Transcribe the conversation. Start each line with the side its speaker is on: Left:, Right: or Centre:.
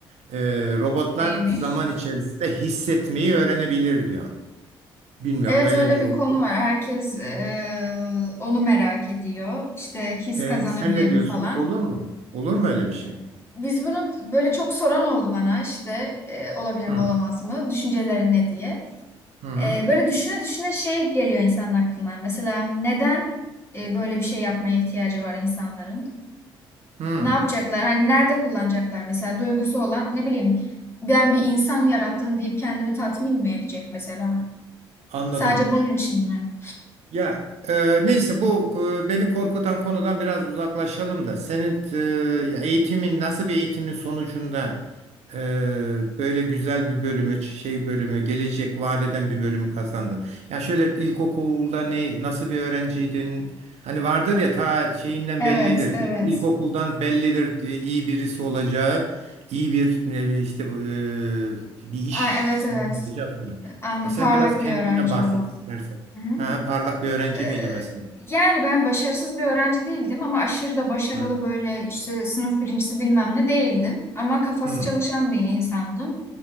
Right: Ee, robotlar
Left: neymiş?
Right: zaman içerisinde hissetmeyi öğrenebilir diyor. Bilmiyorum
Left: Evet
Right: böyle
Left: öyle
Right: bir
Left: bir konu var. Herkes e, onu merak ediyor. İşte his
Right: Ee,
Left: kazanabilir
Right: sen ne
Left: mi
Right: diyorsun?
Left: falan.
Right: Olur mu? Olur mu öyle bir şey?
Left: Biz bunu böyle çok soran oldu bana işte e, olabilir mi
Right: Hı.
Left: olamaz mı? Düşüncelerin ne diye.
Right: Hı hı.
Left: E, böyle düşüne düşüne şey geliyor insanın aklına. Mesela neden e, böyle bir şey yapmaya ihtiyacı var insanların?
Right: Hı.
Left: Ne yapacaklar? Hani nerede kullanacaklar? Mesela duygusu olan ne bileyim ben bir insan yarattım deyip kendini tatmin mi edecek mesela?
Right: Anladım.
Left: Sadece bunun için mi?
Right: Ya e, neyse bu e, beni korkutan konudan biraz uzaklaşalım da senin e, ya eğitimin nasıl bir eğitimin sonucunda e, böyle güzel bir bölümü ç- şey bölümü gelecek vaat eden bir bölümü kazandın. Ya şöyle ilkokulda ne nasıl bir öğrenciydin? Hani vardır ya ta şeyinden
Left: Evet,
Right: bellidir. İlk,
Left: evet.
Right: ilkokuldan bellidir diye iyi birisi olacağı, iyi bir ne bileyim işte e, bir iş
Left: Aa, evet,
Right: sahibi
Left: evet.
Right: olacağı falan.
Left: An,
Right: E sen
Left: parlak
Right: biraz kendinden
Left: bir öğrenci
Right: bahset
Left: olmak.
Right: istersen.
Left: Hı hı.
Right: Ha, parlak bir öğrenci
Left: Ee,
Right: miydi mesela?
Left: yani ben başarısız bir öğrenci değildim ama aşırı da başarılı
Right: Ha.
Left: böyle işte sınıf birincisi bilmem ne değildim. Ama kafası
Right: Hı,
Left: çalışan bir insandım.